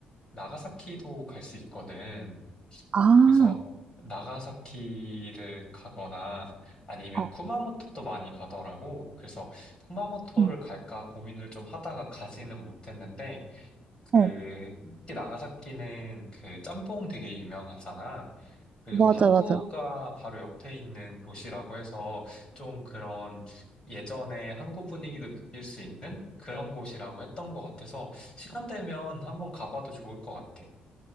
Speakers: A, on the left; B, on the right.
A: 나가사키도 갈 수 있거든.
B: 아,
A: 그래서 나가사키를 가거나 아니면
B: 어,
A: 쿠마모토도 많이 가더라고. 그래서 쿠마모토를
B: 응
A: 갈까 고민을 좀 하다가 가지는 못했는데, 그,
B: 어,
A: 특히 나가사키는 그 짬뽕 되게 유명하잖아. 그리고
B: 맞아,
A: 한국과
B: 맞아.
A: 바로 옆에 있는 도시라고 해서 좀 그런 예전에 한국 분위기도 느낄 수 있는 그런 곳이라고 했던 것 같아서 시간 되면 한번 가봐도 좋을 것 같아.